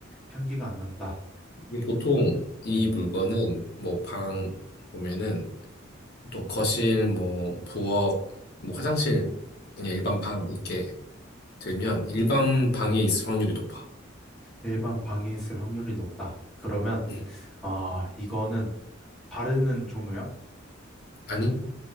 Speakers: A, in the centre; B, on the left.
A: 향기가 안 난다.
B: 이 보통 이
A: 음,
B: 물건은 뭐 방 보면은 보통 거실 뭐 부엌 뭐 화장실 그냥 일반 방 이렇게 들면 일반 방에 있을 확률이 높아.
A: 일반 방에 있을 확률이 높다. 그러면,
B: 예,
A: 아, 이거는 바르는 종류야?
B: 아니?